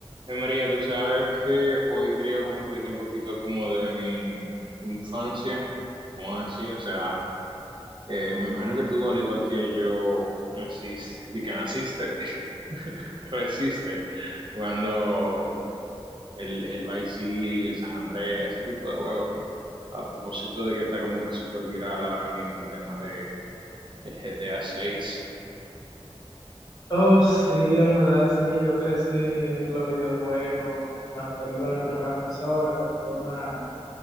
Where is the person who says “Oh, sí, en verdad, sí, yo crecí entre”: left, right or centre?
Left